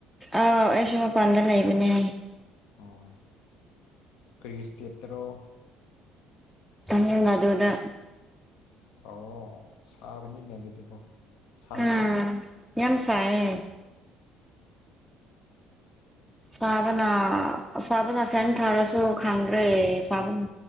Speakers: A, in the centre; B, on the left (about 80°).
A: ꯑꯥ ꯑꯩ ꯁꯨ ꯃꯄꯥꯟꯗꯥ ꯂꯩꯕꯅꯦ
B: ꯑꯣ ꯀꯔꯤ ꯏꯁꯇꯦꯠꯇꯔꯣ
A: ꯇꯃꯤꯜꯅꯥꯗꯨꯗ
B: ꯑꯣ ꯁꯥꯕꯅꯤꯅꯦ ꯑꯗꯨꯗꯤꯀꯣ ꯁꯔꯝꯒꯅꯤ
A: ꯎꯝ ꯌꯥꯝ ꯁꯥꯏꯌꯦ ꯁꯥꯕꯅ ꯑꯁꯥꯕꯅ ꯐꯦꯟ ꯊꯥꯔꯁꯨ ꯈꯪꯗ꯭ꯔꯦ ꯁꯥꯕꯅ